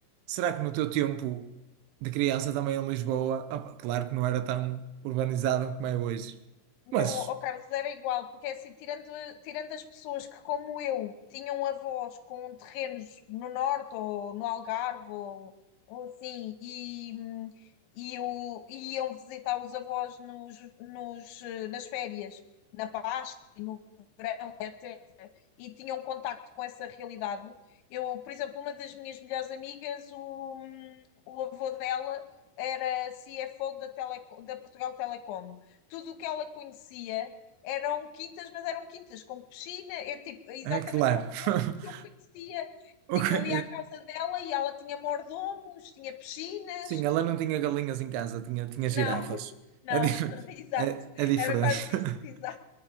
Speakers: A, on the right; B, on the left.
A: será que no teu tempo de criança também em Lisboa, opa, claro que não era tão urbanizado como é hoje,
B: Não,
A: mas
B: ó Carlos, era igual, porque é assim, tirando, tirando as pessoas que, como eu, tinham avós com terrenos no norte ou no Algarve ou, ou assim, e, hum, e, o- e iam visitar os avós nos, nos, eh, nas férias, na Páscoa e no verão, etc., e tinham contacto com essa realidade. Eu, por exemplo, uma das minhas melhores amigas, o, hum, o avô dela era CFO da, Teleco- da Portugal Telecom tudo o que ela conhecia eram quintas, mas eram quintas com piscina, é tipo, é exatamente
A: é claro,
B: o oposto
A: <laughs>
B: do que eu conhecia.
A: O
B: Tipo,
A: que-
B: eu ia à casa dela e ela tinha mordomos, tinha piscinas.
A: Sim, ela não tinha galinhas em casa, tinha, tinha girafas.
B: Não, não,
A: É, di- <laughs>
B: <laughs> exato.
A: é, é diferente.
B: Era quase
A: <laughs>
B: isso, exato.